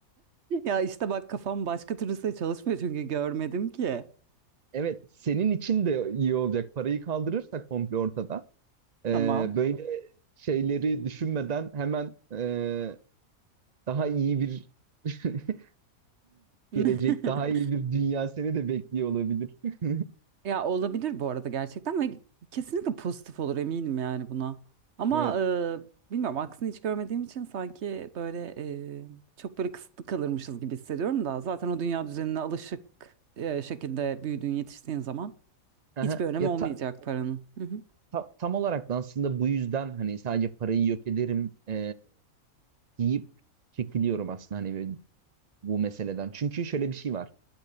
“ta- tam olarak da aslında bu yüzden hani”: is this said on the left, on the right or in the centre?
Right